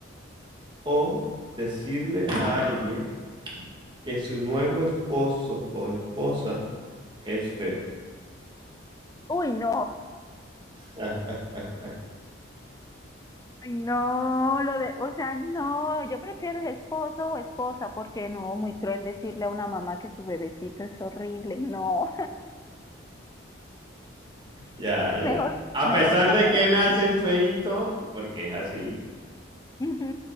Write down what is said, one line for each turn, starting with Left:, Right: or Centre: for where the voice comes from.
Right: o decirle a alguien que su nuevo esposo o esposa es feo.
Left: Uy, no.
Right: <laughs>
Left: Ay, no, lo de, o sea, no, yo prefiero el esposo o esposa, porque no, muy cruel decirle a una mamá que su bebecito es horrible. No,
Right: Ya,
Left: <laughs>
Right: ya.
Left: mejor,
Right: A
Left: mejor
Right: pesar
Left: paso
Right: de que
Left: la
Right: nacen
Left: pena.
Right: feitos, porque es así.
Left: Ujú.